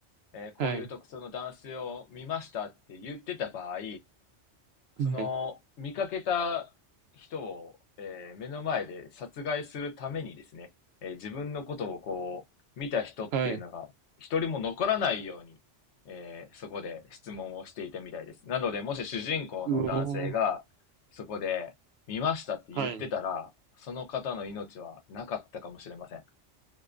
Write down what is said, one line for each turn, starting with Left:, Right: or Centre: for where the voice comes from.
Left: えーこういう特徴の男性を見ましたって言ってた場合、
Right: はい。
Left: その、
Right: はい。
Left: 見かけた人を、えー目の前で殺害するためにですね、えー自分のことをこう、見た人っていうのが、
Right: はい。
Left: 一人も残らないように、えーそこで質問をしていたみたいです。なので、もし主人公の男性が、
Right: うおー。
Left: そこで、見ましたって言ってたら、
Right: はい。
Left: その方の命はなかったかもしれません。